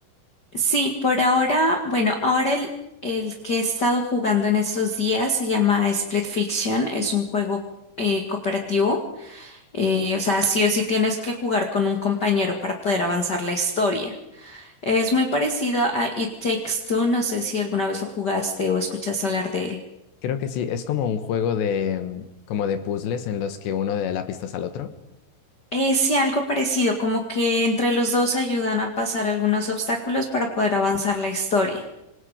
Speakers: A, on the left; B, on the left.
A: Sí, por ahora, bueno, ahora el, el que he estado jugando en estos días se llama Split Fiction, es un juego eh, cooperativo, eh, o sea, sí o sí tienes que jugar con un compañero para poder avanzar la historia. Es muy parecido a It Takes Two, no sé si alguna vez lo jugaste o escuchaste hablar de él.
B: Creo que sí, es como un juego de, mm, como de puzzles en los que uno le da la pistas al otro.
A: Eh, sí, algo parecido, como que entre los dos ayudan a pasar algunos obstáculos para poder avanzar la historia.